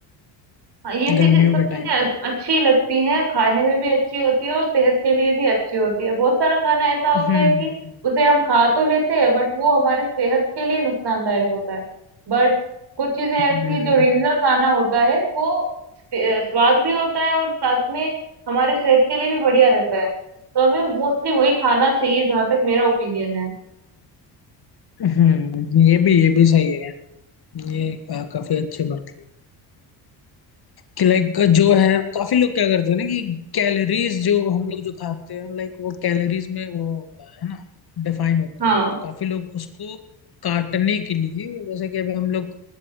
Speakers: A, on the right; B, on the left.
A: हाँ, ये चीजें
B: गर्मियों
A: सब
B: के
A: चीजें
B: टाइम
A: अ-
B: में
A: अच्छी लगती हैं खाने में भी अच्छी होती है और सेहत के लिए भी अच्छी होती है बहुत सारा खाना ऐसा होता
B: हम्म
A: है कि
B: हम्म
A: उसे हम खा तो लेते हैं बट वो हमारे सेहत के लिए नुकसानदायक होता है बट कुछ चीजें ऐसी
B: हम्म
A: जो रीजनल
B: हम्म
A: खाना होता है वो अ, स्वाद भी होता है और साथ में हमारे सेहत के लिए भी बढ़िया रहता है तो हमें मोस्टली वही खाना चाहिए जहां तक मेरा ओपिनियन है
B: हम्म, हम्म, ये भी ये भी सही है ये का- काफी अच्छी बात कि लाइक जो है काफी लोग क्या करते हैं ना कि कैलोरीज जो हम लोग जो खाते हैं लाइक वो कैलोरीज में वो होता है ना डिफाइन होता
A: हाँ
B: है तो काफी लोग उसको काटने के लिए जैसे कि अभी हम लोग